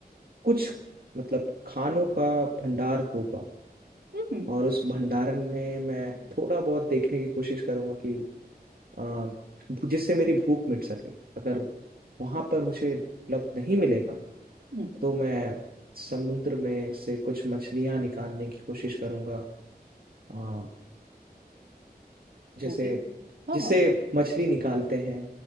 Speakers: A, on the right; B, on the right.
A: कुछ मतलब खानों का भंडार होगा
B: हम्म
A: और उस भंडारण में मैं थोड़ा बहुत देखने की कोशिश करूंगा कि अ, जिससे मेरी भूख मिट सके अगर वहां पर मुझे उपलब्ध नहीं मिलेगा
B: हम्म,
A: तो मैं समुद्र में से कुछ मछलियां निकालने की कोशिश करूंगा अ, जैसे
B: वो भी हाँ
A: जिसे
B: हाँ
A: मछली निकालते हैं